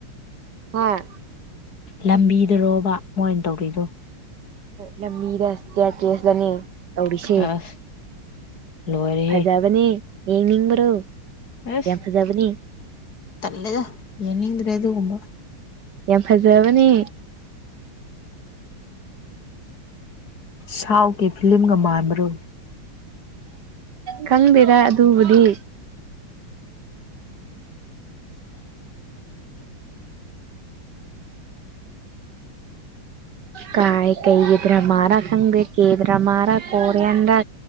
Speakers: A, on the right; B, on the left.
A: ꯍꯣꯏ
B: ꯂꯝꯕꯤꯗꯔꯣꯕ ꯃꯣꯏꯅ ꯇꯧꯕꯔꯤꯗꯨꯣ
A: ꯂꯝꯃꯤꯗ ꯑꯁꯌꯥ ꯀꯦꯁꯗꯅꯤ ꯇꯧꯔꯤꯁꯦ
B: ꯑꯁ ꯂꯣꯏꯔꯦꯍꯦ
A: ꯐꯖꯕꯅꯦ ꯌꯦꯡꯅꯤꯡꯕ꯭ꯔꯣ
B: ꯑꯦꯁ
A: ꯌꯥꯝ ꯐꯖꯕꯅꯤ
B: ꯇꯜꯦꯗ ꯌꯦꯗ꯭ꯔ ꯑꯗꯨ ꯀꯕ
A: ꯌꯥꯝ ꯐꯖꯕꯅꯦ
B: ꯁꯎ ꯀ ꯐꯤꯂꯝꯒ ꯃꯥꯥꯟꯔꯣ
A: ꯈꯪꯗꯦꯔ ꯑꯗꯨꯕꯨꯗꯤ
B: <inaudible>
A: ꯀꯥꯏ ꯀꯩꯒꯤꯗ꯭ꯔꯥ ꯃꯥꯔꯥ ꯈꯪꯗꯦ ꯀꯦꯗ꯭ꯔꯥ ꯃꯥꯔꯥ ꯀꯣꯔꯤꯌꯥꯟ ꯔ